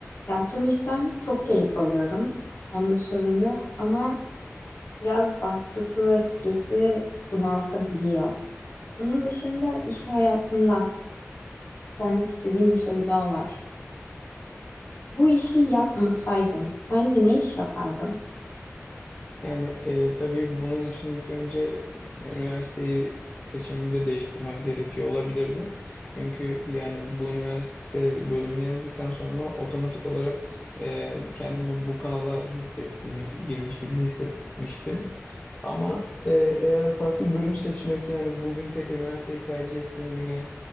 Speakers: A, on the left; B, on the left.
A: Yaptığım işten çok keyif alıyorum. Onda sorun yok ama biraz baskısı ve stresi bunaltabiliyor. Onun dışında iş hayatında sormak istediğim bir soru daha var. Bu işi yapmasaydın sence ne iş yapardın?
B: Yani e, tabii bunun için ilk önce üniversiteyi seçimimi de değiştirmem gerekiyor olabilirdi. Çünkü yani bu üniversite bölümünü yazdıktan sonra otomatik olarak e, kendimi bu kanala hissetmi, girmiş gibi hissetmiştim. Ama e, eğer farklı bölüm seçmek yani bugün tekrar üniversiteyi tercih ettiğim güne